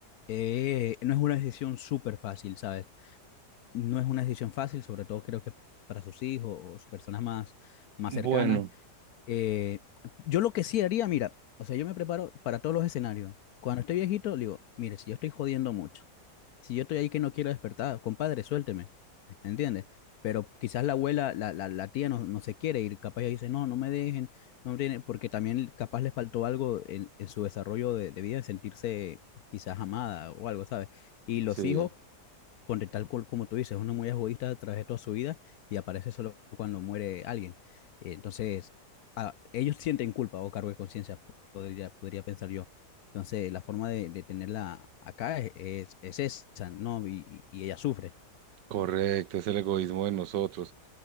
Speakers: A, on the left (about 70°); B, on the right (about 85°).
A: eh, no es una decisión súper fácil, ¿sabes? No es una decisión fácil, sobre todo creo que para sus hijos o sus personas más, más
B: Bueno,
A: cercanas. Eh, yo lo que sí haría, mira, o sea, yo me preparo para todos los escenarios. Cuando estoy viejito, digo, mire, si yo estoy jodiendo mucho si yo estoy ahí que no quiero despertar, compadre, suélteme. ¿Entiendes? Pero quizás la abuela, la, la, la tía no, no se quiere ir, capaz ella dice, no, no me dejen, no tiene, porque también capaz le faltó algo en, en su desarrollo de, de vida, en sentirse quizás amada o algo, ¿sabes? Y los
B: sí.
A: hijos Ponte tal cual como tú dices, uno muy egoísta a través de toda su vida y aparece solo cuando muere alguien. Eh, Entonces, ah, ellos sienten culpa o cargo de conciencia, podría, podría pensar yo. Entonces, la forma de, de tenerla acá es, es, es esa, ¿no? Y, y ella sufre,
B: Correcto, es el egoísmo de nosotros,